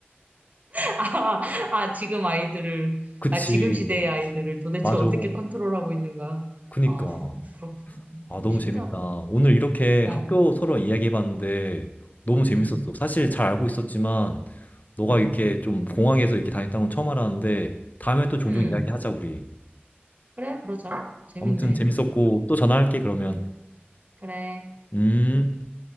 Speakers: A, on the right; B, on the left.
A: <laughs> 아, 아, 지금 아이들을,
B: 그치,
A: 아, 지금 시대의 아이들을 도대체
B: 맞아.
A: 어떻게 컨트롤하고 있는가.
B: 그니까.
A: 어, 그렇구나.
B: 아,
A: 되게
B: 너무
A: 신기하다.
B: 재밌다. 오늘 이렇게
A: 어,
B: 학교 서로 이야기해봤는데, 너무 재밌었어.
A: 음,
B: 사실 잘 알고 있었지만, 너가
A: 음,
B: 이렇게 좀 공항에서 이렇게 다녔다는 건 처음 알았는데, 다음에 또 종종
A: 음.
B: 이야기하자, 우리.
A: 그래, 그러자. 재밌네.
B: 아무튼 재밌었고, 또 전화할게, 그러면.
A: 음, 그래.
B: 음.